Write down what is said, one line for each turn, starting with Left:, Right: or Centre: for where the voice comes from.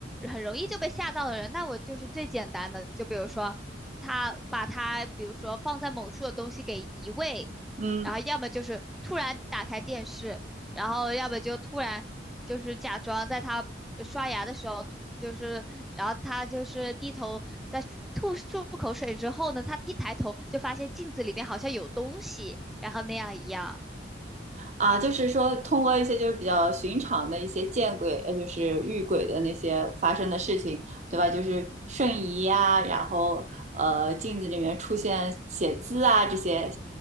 Centre: 很容易就被吓到的人，那我就是最简单的，就比如说他把他，比如说放在某处的东西给移位，
Right: 嗯，
Centre: 然后要么就是突然打开电视，然后要么就突然就是假装在他刷牙的时候吐，就是然后他就是低头在吐漱口水之后呢，他一抬头就发现镜子里面好像有东西，然后那样一样。
Right: 啊，就是说通过一些就是比较寻常的一些见鬼，呃，就是遇鬼的那些发生的事情，对吧？就是瞬移呀、然后呃镜子里面出现写字啊这些，